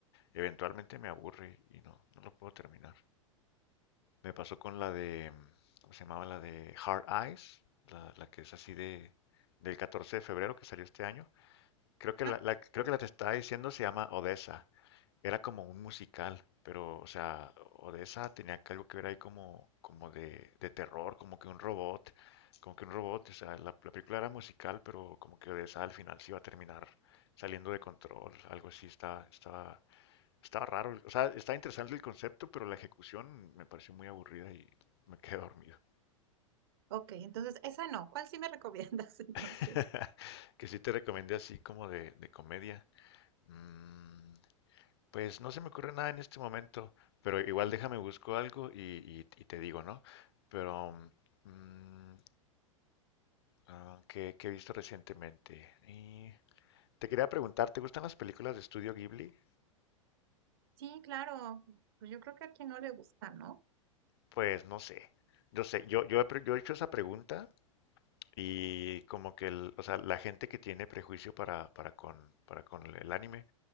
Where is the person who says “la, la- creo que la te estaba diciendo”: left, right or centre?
Left